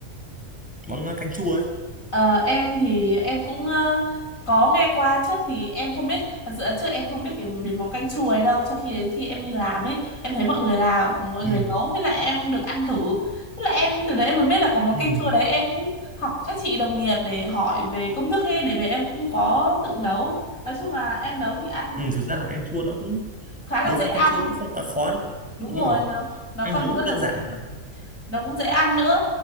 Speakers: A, in the centre; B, on the left (about 65°).
A: món à, canh chua ấy
B: Ờ, em thì em cũng ờ, có nghe qua trước thì em không biết thật sự là trước em không biết cái đến món canh chua ấy đâu cho khi đến khi em đi làm ấy em thấy mọi người làm mọi
A: ừ.
B: người nấu thế là em được ăn thử thế là em từ đấy em mới biết là có món
A: Ừ.
B: canh chua đấy em cũng học các chị đồng nghiệp để hỏi về công thức ấy để về em cũng có tự nấu nói chung là em nấu thì ăn
A: Ừ. thực ra là canh chua nó cũng
B: khá là
A: đối
B: dễ
A: với
B: ăn
A: anh canh chua nó cũng không quá khó đâu.
B: đúng
A: đúng
B: rồi
A: rồi
B: nó nó
A: anh
B: còn
A: nấu
B: rất là
A: đơn
B: dễ
A: giản
B: nó cũng dễ ăn nữa